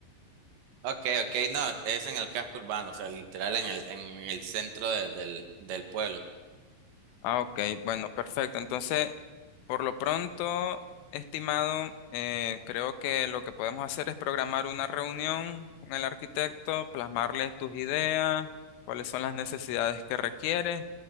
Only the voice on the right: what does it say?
Ok, ok, no, es en el casco urbano, o sea, literal en el, en el centro de- del, del pueblo.